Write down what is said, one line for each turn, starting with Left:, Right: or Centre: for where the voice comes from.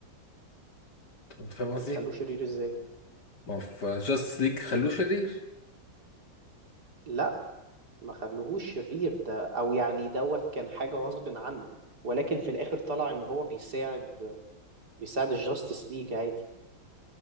Left: انت فاهم قصدي
Right: يخلوه شرير إزاي؟
Left: ما هو في جاستس ليج خلوه شرير
Right: لا ما خلوهوش شرير ده أو يعني دوت كان حاجة غصب عنه ولكن في الآخر طلع إن هو بيساعد بيساعد الجاستس ليج عادي